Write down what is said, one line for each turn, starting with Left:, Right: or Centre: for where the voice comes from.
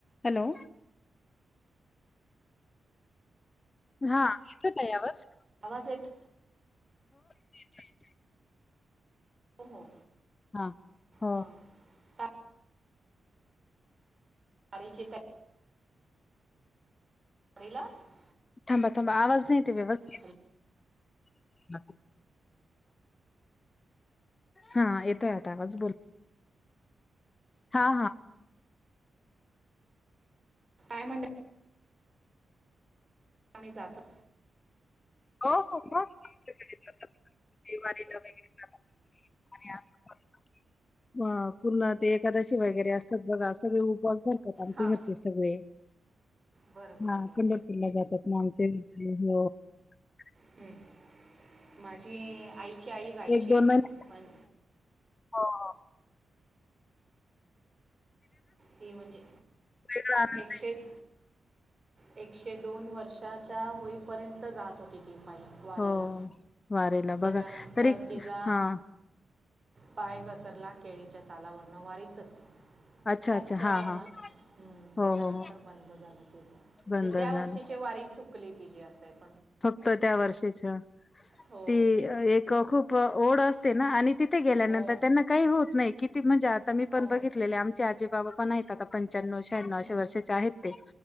Left: Hello हा येतच यावस
Right: आवाज येत
Left: येतोय येतोय
Right: हो हो
Left: हा हो
Right: हां काय <unintelligible> <unintelligible>
Left: थांबा थांबा आवाज नाही येताहाय व्यवस्थित.
Right: हॅलो.
Left: <inaudible> हा येतोय आता आवाज बोल. हा हा
Right: काय म्हणालात मी जातो
Left: <unintelligible> पुन्हा ते एकादशी वगैरे असते. असत्यात बगा सगळे उपवास धर आमचे
Right: हां
Left: घरचे सगळे
Right: बरं बरं
Left: हा
Right: बरं
Left: पंढरपूरला जातात ना आमचे... <unintelligible>
Right: हम्म माझे जे आईचे आई जायची
Left: एक दोन
Right: आहे
Left: महिने
Right: पण
Left: हो हो
Right: ती म्हणजे
Left: वेगळा आनंद
Right: एकशे एक एकशे दोन वर्षाच्या होईपर्यंत जात होती ती. पायी वारीला
Left: हो वारीला
Right: त्याच्यानंतर
Left: बघा तरी
Right: तिचा
Left: हा.
Right: पाय घसरला केळीच्या सालावरन वारीत तच
Left: अच्छा
Right: फॅक्चर
Left: अच्छा हा
Right: झाला
Left: हा
Right: हुं
Left: हो
Right: त्याच्यानंतर
Left: हो हो
Right: बंद झालं ते म्हणजे
Left: बंद
Right: त्या
Left: झालं
Right: वर्षीचे वारी चुकली. ती जे असायप
Left: फक्त त्या वर्षीच्या.
Right: हो
Left: ती अ एक अ खूप ओढ अस् ते ना, आणि ते ते गेल्यानंत
Right: हो
Left: त्यांना काही होत नाही. किती म्हणजे आता मी
Right: हो
Left: पण बघितलेले आमचे आजी बाबा पण नाहीत आता पण् च्यानऊ-शहानऊ असे
Right: हम्म,
Left: वर्षाचे आहेत ते.